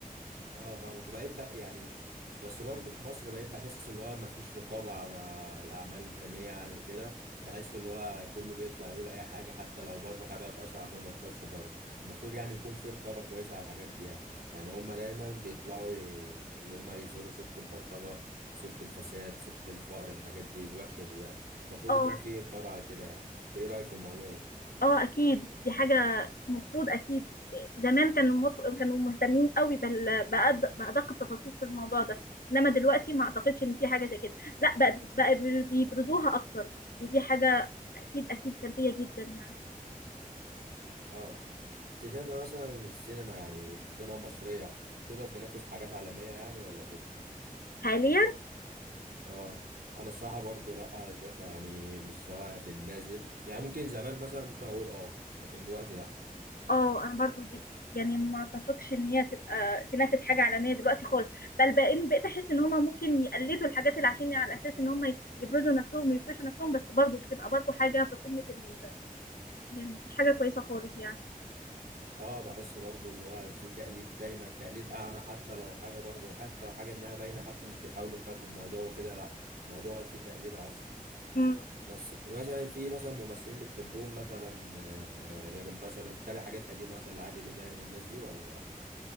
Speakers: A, on the right; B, on the left.
A: اه فاهمك وبقيت بقى يعني بس برضه في مصر بقيت بحس اللي هو مفيش رقابة على على الأعمال الفنية يعني وكده بحس اللي هو كله بيطلع يقول أي حاجة حتى لو برضه حاجة هتأثر على سمعة مصر بره المفروض يعني يكون في رقابة كويسة على الحاجات دي يعني يعني هما دايما بيطلعوا ي- اللي هما يزوروا صورة البلطجة صورة الفساد صورة الفقر الحاجات دي الوحشة دي يعني المفروض
B: اه
A: يكون في رقابة على كده يعني إنت إيه رأيك في الموضوع ده؟
B: اه اكيد دي حاجه المفروض اكيد زمان كانوا مف... كانوا مهتمين قوي بال... بأد... بادق التفاصيل في الموضوع ده انما دلوقتي ما اعتقدش ان في حاجه زي كده لا بقى, بقى بيبرزوها اكتر ودي حاجه اكيد اكيد سلبيه جدا يعني
A: اه انت شايفة مثلا ان السينما يعني السينما المصرية تقدر تنافس حاجات عالمية يعني ولا كده؟
B: حاليا
A: اه انا الصراحة برضو لا شايفها يعني مستواها في النازل يعني ممكن زمان مثلا ممكن اقول اه لكن دلوقتي لا
B: اه انا برضو جدا يعني ما اتفقش ان هي تبقى تنافس حاجه عالميه دلوقتي خالص بل بقين بقيت احس ان هما ممكن يقلدوا الحاجات اللي عشان على اساس ان هما يبرزوا نفسهم ويفرشوا نفسهم بس برضو بتبقى برضو حاجه في قمه ال... يعني مش حاجه كويسه خالص يعني
A: اه بحس برضو اللي هو في تقليد دايما تقليد اعمى حتى لو حاجة برضو حتى لو حاجة انها باينة حتى مش بيحاولوا يخبوا الموضوع وكده لا الموضوع فيه تقليد اصلا
B: مم.
A: بس مثلا في مثلا ممثلين بتحبهم مثلا آه، غير مثلا بتتابع حاجات قديمة مثلا لعادل امام الناس دي ولا لا؟